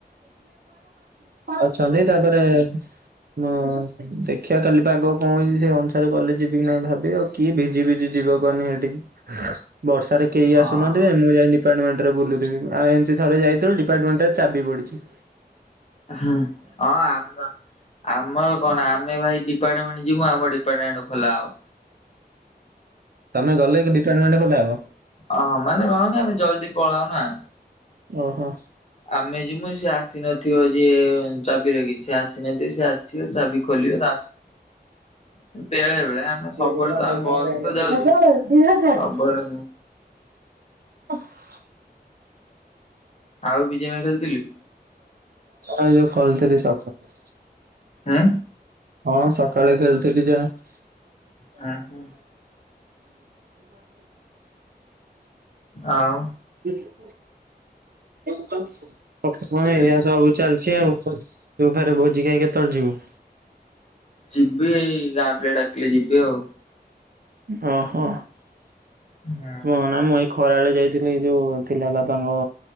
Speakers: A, on the right; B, on the left.
A: ଅଛନ୍ତି ତାପରେ ମୋ ଦେଖିଆ କାଲି ପାଗ କଣ ହେଇଛି ସେଇ ଅନୁସାରେ କଲେଜ ଯିବି କିି ନାହିଁ ଭାବି ଆଉ। କିଏ ଭିଜି ଭିଜି ଯିବ କହନି ହେଠିକି ବର୍ଷାରେ କେହି
B: ହଁ।
A: ଆସୁନା ମୁଁ ଯାଇ ଡିପାର୍ଟମେଣ୍ଟରେ ବୁଲୁଥିବି ଆଉ ଏମତି ଥରେ ଯାଇଥିଲୁ ଡିପାର୍ଟମେଣ୍ଟଟାରେ ଚାବି ପଡିଚି।
B: ହଁ ଆମ ଆମର କଣ ଆମେ ଭାଇ ଡିପାର୍ଟମେଣ୍ଟ ଯିବୁ ଆମ ଡିପାର୍ଟମେଣ୍ଟ ଖୋଲା ହବ।
A: ତମେ ଗଲେ କି ଡିପାର୍ଟମେଣ୍ଟ ଖୋଲା ହବ?
B: ଅହ ମାନେ କନ୍ କହନି ଆମେ ଜଲଦି ପଳାଉ ନା।
A: ଓ ହୋ।
B: ଆମେ ଯିମୁ ସେ ଆସିନଥିବ ଯିଏ ଚାବି ରଖିଛି ସେ ଆସିନଥିବ ସିଏ ଆସିି <unintelligible> ଚାବି ଖୋଲିବେ ତା <unintelligible> ବେଳେ ବେଳେ
A: ହଜାର
B: ସବୁବେଳେ ତ ଆମେ ବସ୍ ତ ଯାଉଚୁ ସବୁବେଳେ
A: ଦି ହଜାର। <unintelligible>
B: ଆଉ ବି ଜି ଏମ୍ ଆଇ ଖେଳିଥିଲୁ?
A: ଏ ଯୋଉ ଖୋଲଥିଲି ସକାଳେ।
B: ଉଁ?
A: ହଁ ସକାଳେ ଖେଳୁଥିଲି ଯାହା।
B: ଉଁ ହୁଁ ଆଉ
A: ଉଁ। <unintelligible> ଏଇଆ
B: ଆରେ
A: ସବୁ ଚାଲିଛି ଆଉ ତୁ ଫେରେ ଭୋଜି ଖାଇ କେତେଳ ଯିବୁ?
B: ଯିବି ଏଇ ଗାଁ ପିଲା ଡାକିଲେ ଯିବି ଆଉ।
A: ଓ ହ କୁହନା
B: ହୁଁ
A: ମୁଁ ଏ ଖରାବେଳେ ଯାଇଥିଲି ଯୋଉ ଥିଲା ବାପାଙ୍କ